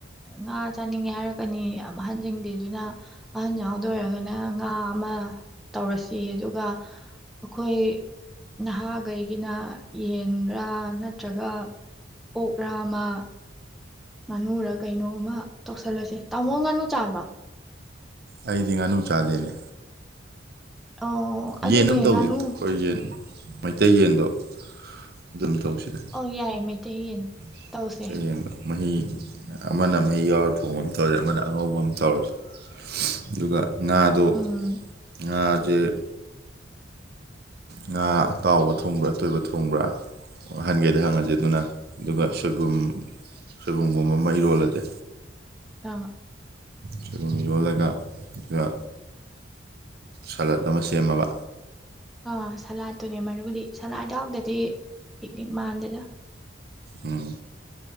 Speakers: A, in the centre; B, on the right.
A: ꯉꯥ ꯆꯥꯅꯤꯡꯉꯦ ꯍꯥꯏꯔꯛꯀꯅꯤ ꯌꯥꯝ ꯑꯍꯟꯁꯤꯡꯗꯤ ꯑꯗꯨꯅ ꯑꯍꯟ ꯌꯥꯎꯗꯣꯏꯔꯒꯅ ꯉꯥ ꯑꯃ ꯇꯧꯔꯁꯤ ꯑꯗꯨꯒ ꯑꯩꯈꯣꯏ ꯅꯍꯥꯒꯩꯒꯤꯅ ꯌꯦꯟꯔꯥ ꯅꯠꯇ꯭ꯔꯒ ꯑꯣꯛꯔꯥ ꯑꯃ ꯉꯥꯅꯨꯔ ꯀꯩꯅꯣꯃ ꯇꯧꯁꯜꯂꯁꯦ ꯇꯥꯃꯣ ꯉꯥꯅꯨ ꯆꯥꯕ꯭ꯔꯣ꯫
B: ꯑꯩꯗꯤ ꯉꯥꯅꯨ ꯆꯥꯗꯦꯅꯦ꯫
A: ꯑꯣ ꯑꯗꯨꯅꯦ
B: ꯌꯦꯟ ꯑꯃ ꯇꯧꯁꯤ
A: ꯉꯥꯅꯨ
B: ꯈꯣꯏ ꯌꯦꯟ ꯃꯩꯇꯩ ꯌꯦꯟꯗꯣ ꯑꯗꯨꯝ ꯇꯧꯁꯤꯗ
A: ꯑꯪ ꯌꯥꯏ ꯃꯩꯇꯩ ꯌꯦꯟ
B: <unintelligible>
A: ꯇꯧꯁꯦ
B: ꯃꯍꯤ ꯑꯃꯅ ꯃꯍꯤ ꯌꯥꯎꯔ ꯊꯣꯡꯕ ꯑꯃ ꯇꯧꯔꯁꯦ ꯑꯃꯅ ꯑꯉꯧꯕ ꯑꯃ ꯇꯧꯔꯁꯨ ꯑꯗꯨꯒ ꯉꯥꯗꯣ
A: ꯎꯝ
B: ꯉꯥ <unintelligible> ꯉꯥ ꯑꯇꯥꯎꯕ ꯊꯣꯡꯕ꯭ꯔꯥ ꯑꯇꯣꯏꯕ ꯊꯣꯡꯕ꯭ꯔꯥ ꯑꯍꯟꯒꯩꯗ ꯍꯪꯉꯁꯦ ꯑꯗꯨꯅ ꯑꯗꯨꯒ ꯁꯣꯏꯕꯨꯝ ꯁꯣꯏꯕꯨꯝꯒꯨꯝꯕ ꯑꯃ ꯏꯔꯣꯜꯂꯁꯦ
A: ꯑꯥ
B: ꯁꯣꯏꯕꯨꯝ ꯏꯔꯣꯜꯂꯒ ꯑꯗꯨꯒ ꯁꯂꯠ ꯑꯃ ꯁꯦꯝꯃꯕ
A: ꯑꯥ ꯁꯂꯥꯠꯇꯨꯅꯦ ꯃꯔꯨꯗꯤ ꯁꯂꯥꯠ ꯌꯥꯎꯗꯗꯤ ꯄꯤꯛꯅꯤꯛ ꯃꯥꯟꯗꯦꯗ
B: ꯎꯝ